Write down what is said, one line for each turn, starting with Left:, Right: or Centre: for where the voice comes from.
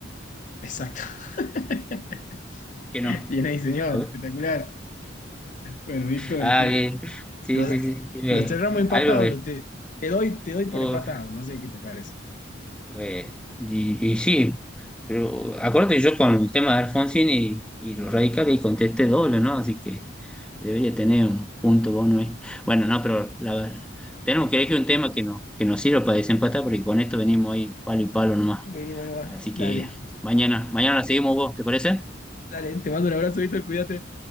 Left: Exacto. <laughs>
Centre: que no.
Left: Bien ahí, señor.
Centre: A ver.
Left: Espectacular. Bueno, Víctor,
Centre: Ah,
Left: que
Centre: bien. Sí,
Left: lo,
Centre: sí, sí. sí, me-
Left: lo cerramos empatado.
Centre: algo
Left: lo te, te doy, te doy
Centre: ve
Left: por empatado. No sé qué te parece.
Centre: Eh, y, y sí, pero acuérdate yo con el tema de Alfonsín y, y los radicales y contesté doble, ¿no? Así que debería tener un punto bono ahí. Bueno, no, pero la, tenemos que elegir un tema que, no, que nos sirva para desempatar porque con esto venimos ahí palo y palo nomás.
Left: Vení, bueno, va.
Centre: Así que
Left: Dale.
Centre: mañana, mañana la seguimos vos, ¿te parece?
Left: Dale, te mando un abrazo, Víctor. Cuídate.